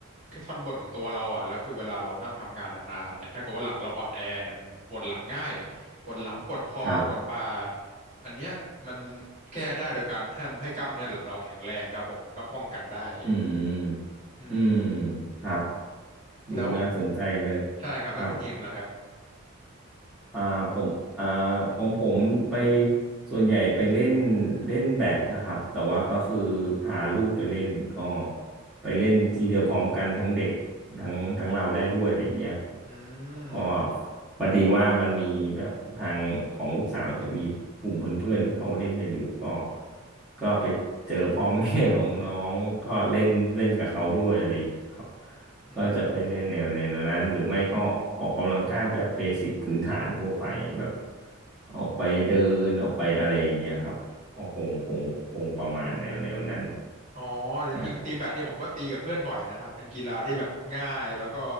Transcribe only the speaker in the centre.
ครับ
อืม
อืมครับดูน่าสนใจเลย
ครับ อ่าผมอ่าผมผมไปส่วนใหญ่ไปเล่นเล่นแบดนะครับแต่ว่าก็คือพาลูกไปเล่นก็ไปเล่นทีเดียวพร้อมกันทั้งเด็กทั้งทั้งเราได้ด้วยอะไรเงี้ย
ก็พอดีว่ามันมีแบบทางของลูกสาวจะมีกลุ่มเพื่อนๆที่เขาเล่นกันอยู่ก็ก็ไปเจอพ่อแม่ของน้องก็เล่นเล่นกับเขาด้วยอะไรอย่างเงี้ยครับ
ก็จะเป็นในแนวแนวนั้นหรือไม่ก็ออกกำลังกายแบบเบสิกพื้นฐานทั่วไปแบบออกไปเดินออกไปอะไรอย่างเงี้ยครับก็คงคงคงประมาณแนวแนวนั้น
ฮะ